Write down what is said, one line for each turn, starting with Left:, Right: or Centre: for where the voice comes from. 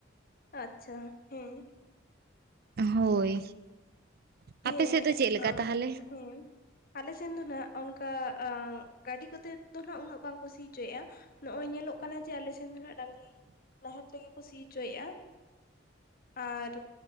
Left: ᱟᱪᱪᱷᱟ ᱦᱮᱸ
Right: ᱦᱳᱭ
Left: ᱦᱮᱸ
Right: ᱟᱯᱮ ᱥᱮᱫ ᱫᱚ ᱪᱮᱫ ᱞᱮᱠᱟ
Left: ᱟᱸ
Right: ᱛᱟᱦᱚᱞᱮ?
Left: ᱦᱮᱸ ᱟᱞᱮ ᱥᱮᱱ ᱫᱚ ᱱᱟᱦᱟᱜ ᱚᱱᱠᱟ ᱟᱸ ᱜᱟᱹᱰᱤ ᱠᱚᱛᱮ ᱫᱚ ᱱᱟᱦᱟᱜ ᱩᱱᱟᱹᱜ ᱵᱟᱝ ᱠᱚ ᱥᱤ ᱦᱚᱪᱚᱭᱮᱫ-ᱟ ᱱᱚᱜ-ᱚᱭ ᱧᱮᱞᱚᱜ ᱠᱟᱱᱟ ᱡᱮ ᱟᱞᱮ ᱥᱮᱱ ᱫᱚ ᱱᱟᱦᱟᱜ ᱰᱟᱝᱨᱤ ᱱᱟᱦᱮᱞ ᱛᱮᱜᱮ ᱠᱚ ᱥᱤ ᱚᱪᱚᱭᱮᱫ-ᱟ ᱟᱨ